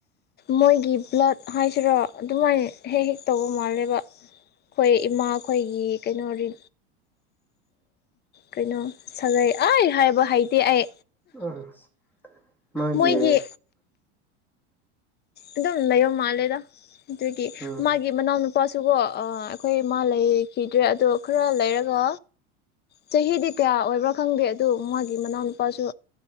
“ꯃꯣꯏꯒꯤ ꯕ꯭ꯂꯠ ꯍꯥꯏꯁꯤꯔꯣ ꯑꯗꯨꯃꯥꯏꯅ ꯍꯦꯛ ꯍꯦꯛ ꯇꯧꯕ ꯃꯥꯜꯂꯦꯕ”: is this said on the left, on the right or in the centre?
Left